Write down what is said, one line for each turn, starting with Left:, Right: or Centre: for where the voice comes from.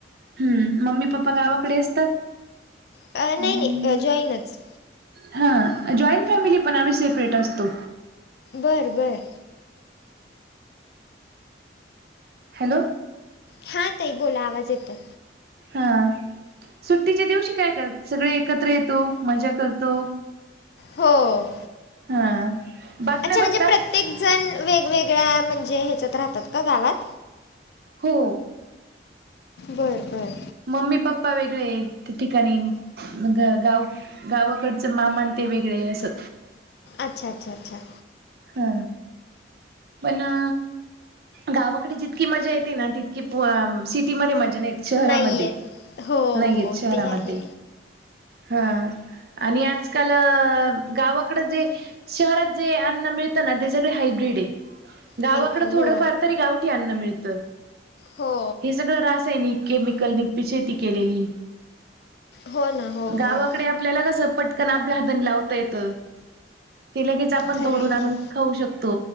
Right: हम्म, मम्मी, पप्पा गावाकडे असतात.
Left: अ नाही,
Right: आणि
Left: नाही जाॅईनच.
Right: हा जॉईंट फॅमिली पण आम्ही सेपरेट असतो.
Left: बर बर..
Right: हॅलो.
Left: हा ताई बोला आवाज येतोय.
Right: हा सुट्टीच्या दिवशी काय करता सगळे एकत्र येतो, मजा करतो,
Left: हो..
Right: हा बातम्या
Left: अच्छा म्हणजे
Right: बघता?
Left: प्रत्येक जण वेगवेगळ्या म्हणजे ह्याच्यात राहतात का गावात?
Right: हो.
Left: बरं बरं.
Right: मम्मी, पप्पा वेगळे त्या ठिकाणी गाव गावाकडचं मामान ते वेगळे असं.
Left: अच्छा, अच्छा, अच्छा.
Right: हा पण अ गावाकडे जितकी मजा येते ना तितकी सिटीमध्ये नाही येत. शहरामध्ये
Left: नाही आहेत हो
Right: नाहीयेत
Left: हो
Right: शहरामध्ये
Left: ते आहे
Right: हा. आणि आजकाल गावाकड जे शहरात जे अ मिळत ना ते सगळ हायब्र्रीड आहे गावाकड
Left: हाय की
Right: थोडंफार
Left: हो
Right: तरी गावठी अन्न मिळत.
Left: हो
Right: हे सगळं रासायनिक केमिकल नि शेती केलेली.
Left: हो ना हो
Right: गावाकडे
Left: हो
Right: आप आपल्याला कस पटकन आपल्या हातने लावता येत ते लगेच आपण
Left: खरं
Right: तोडून
Left: आहे
Right: आणून
Left: की
Right: खाऊ शकतो